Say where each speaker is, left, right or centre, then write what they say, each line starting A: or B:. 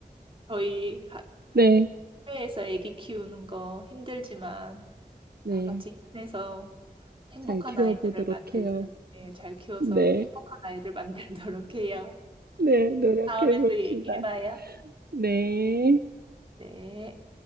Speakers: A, on the right (about 35°); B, on the right (about 80°).
A: 저희 가-
B: 네,
A: 해외에서 아기 키우는 거 힘들지만
B: 네.
A: 다 같이 힘내서 행복한
B: 잘 키워보도록
A: 아이들을 만들도록,
B: 해요.
A: 예, 잘 키워서
B: 네,
A: 행복한 아이를 <laughs> 만들도록 해요.
B: 네, 노력해봅시다.
A: 다음에 또 얘기해봐요.
B: 네.
A: 네.